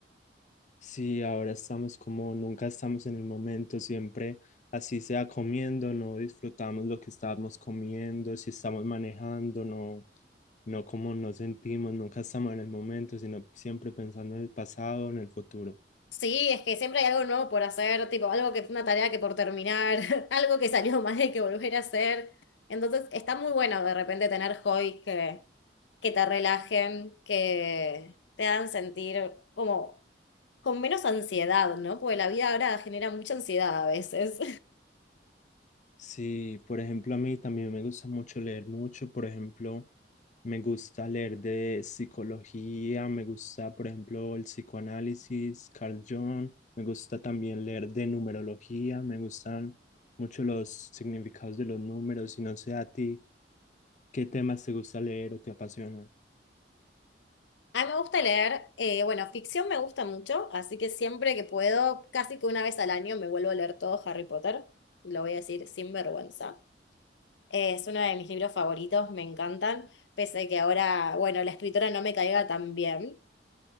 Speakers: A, on the left; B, on the left.
A: Sí, ahora estamos como nunca estamos en el momento, siempre así sea comiendo, no disfrutamos lo que estamos comiendo, si estamos manejando, no, no como nos sentimos, nunca estamos en el momento, sino siempre pensando en el pasado, en el futuro.
B: Sí, es que siempre hay algo nuevo por hacer, tipo algo que una tarea que por terminar, <laughs> algo que salió mal y que volver a hacer. Entonces está muy bueno de repente tener hobbies que, que te relajen, que te hagan sentir como con menos ansiedad, ¿no? Porque la vida ahora genera mucha ansiedad a veces.
A: Sí, por ejemplo, a mí también me gusta mucho leer mucho. Por ejemplo, me gusta leer de psicología, me gusta, por ejemplo, el psicoanálisis, Carl Jung, me gusta también leer de numerología, me gustan mucho los significados de los números y no sé a ti qué temas te gusta leer o te apasionan.
B: A mí me gusta leer, eh, bueno, ficción me gusta mucho, así que siempre que puedo, casi que una vez al año me vuelvo a leer todo Harry Potter, lo voy a decir sin vergüenza. Eh, es uno de mis libros favoritos, me encantan, pese a que ahora, bueno, la escritora no me caiga tan bien,